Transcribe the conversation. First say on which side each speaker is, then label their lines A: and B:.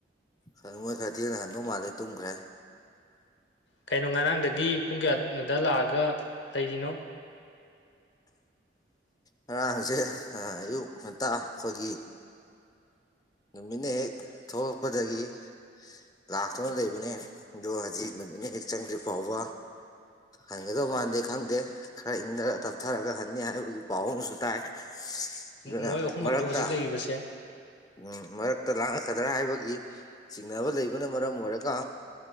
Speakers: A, on the left; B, on the left.
A: ꯈꯔ ꯃꯣꯏ ꯈꯔ ꯊꯦꯡꯅ ꯍꯟꯗꯧ ꯃꯥꯜꯂꯦ ꯇꯨꯝꯈ꯭ꯔꯦ
B: ꯀꯩꯅꯣ ꯉꯔꯥꯡꯗꯒꯤ ꯄꯨꯡ ꯀꯌꯥꯅꯣꯗ ꯂꯥꯛꯑꯒ ꯂꯩꯔꯤꯅꯣ
A: ꯉꯔꯥꯡꯁꯦ ꯑꯌꯨꯛ ꯉꯟꯇꯥ ꯑꯩꯈꯣꯏꯒꯤ ꯅꯃꯤꯟꯅ ꯍꯦꯛ ꯊꯒꯛꯄꯗꯗꯒꯤ ꯂꯥꯛꯇꯨꯅ ꯂꯩꯕꯅꯦ ꯑꯗꯣ ꯍꯧꯖꯤꯛ ꯅꯨꯃꯤꯠꯅꯤ ꯍꯦꯛ ꯆꯪꯗ꯭ꯔꯤ ꯐꯥꯎꯕ ꯍꯟꯒꯗꯧ ꯃꯥꯟꯗꯦ ꯈꯪꯗꯦ ꯈꯔ ꯏꯪꯊꯔ ꯇꯞꯊꯔꯒ ꯍꯟꯅꯤ ꯍꯥꯏꯕꯒꯤ ꯄꯥꯎ ꯑꯃꯁꯨ ꯇꯥꯏ ꯑꯗꯨꯅ
B: ꯃꯣꯏ ꯑꯍꯨꯝꯃꯛꯂꯣ
A: ꯃꯔꯛꯇ
B: ꯍꯧꯖꯤꯛ ꯂꯩꯔꯤꯕꯁꯦ
A: ꯎ ꯃꯔꯛꯇ ꯂꯥꯡꯉꯛꯀꯗ꯭ꯔꯥ ꯍꯥꯏꯕꯒꯤ ꯆꯤꯡꯅꯕ ꯂꯩꯕꯅ ꯃꯔꯝ ꯑꯣꯏꯔꯒ